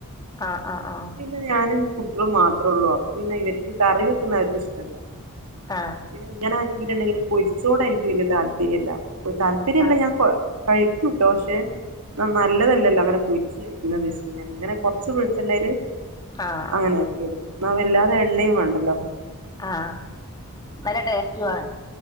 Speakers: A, on the left (about 15°); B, on the right (about 85°).
A: ആഹ് ആഹ്
B: ഇൻക്ക് പിന്നെ ഞാനും കുട്ട്യേളും മാത്രം ഒള്ളൂ അപ്പ പിന്നെ ഇവരിക്ക് കറി വെക്കുന്ന ആരിക്കു ഇഷ്ടല്ല
A: ആഹ്
B: പിന്നെ ഇങ്ങനെ ആക്കിട്ട്ണ്ടെങ്കില് പൊരിച്ചോട് എനിക്ക് വല്യ താല്പര്യല്ല താല്പര്യല്ല
A: ആഹ്
B: ഞാൻ കൊ കഴിക്കുട്ടോ പക്ഷെ ന്ന നല്ലതല്ലല്ലോ അങ്ങനെ പൊരിച്ച് കഴിക്കുന്നത്ച്ച്ട്ട് ഞാന് ഇങ്ങനെ കൊർച്ച് വെളിച്ചെണ്ണേല്
A: ആഹ് ആഹ്
B: അങ്ങനെ ആക്കി എടുക്കും ന്നാ വല്ലാതെ എണ്ണി വാണ്ടല്ലോ
A: ആഹ് നല്ല ടേസ്റ്റു ആണ്